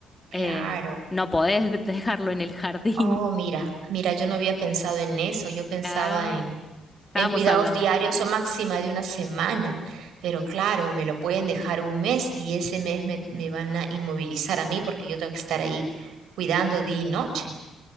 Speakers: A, on the left (about 20°); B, on the right (about 80°).
A: eh,
B: claro.
A: no podés <laughs> dejarlo en el jardín.
B: Oh, mira, mira, yo no había pensado en eso. Yo pensaba
A: Ah,
B: en,
A: estábamos
B: en cuidados
A: hablando.
B: diarios o máxima de una semana. Pero claro, me lo pueden dejar un mes y ese mes me, me van a inmovilizar a mí porque yo tengo que estar ahí cuidando día y noche,